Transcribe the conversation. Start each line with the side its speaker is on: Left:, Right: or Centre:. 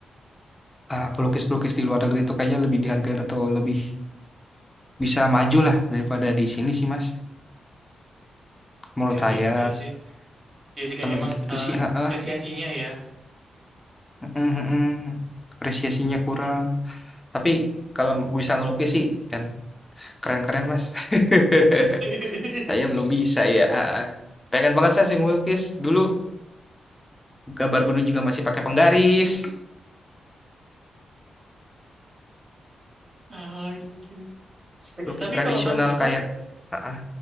Left: eh, pelukis-pelukis di luar negeri itu kayaknya lebih dihargai atau lebih bisa maju lah daripada di sini sih, Mas. Menurut
Right: Oke oke,
Left: saya,
Right: iya sih. Iya sih kayak
Left: kalau
Right: emang
Left: begitu
Right: eh,
Left: sih, heeh.
Right: apresiasinya ya.
Left: Mm, mm, mm. Apresiasinya kurang. Tapi kalau bisa ngelukis sih, kan keren-keren, Mas. <laughs>
Right: <laughs>
Left: Saya belum bisa ya. heeh. Pengen banget saya sih ngelukis. Dulu gambar gunung juga masih pakai penggaris.
Right: Ah, gitu.
Left: Lukis
Right: Tapi
Left: tradisional
Right: kalau Mas Gustaf
Left: kayak Ah, ah.